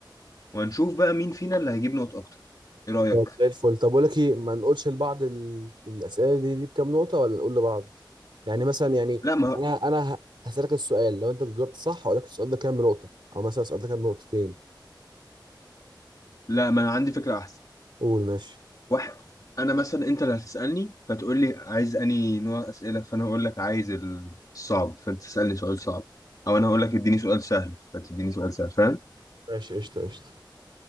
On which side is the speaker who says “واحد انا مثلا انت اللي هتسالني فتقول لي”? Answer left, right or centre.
Left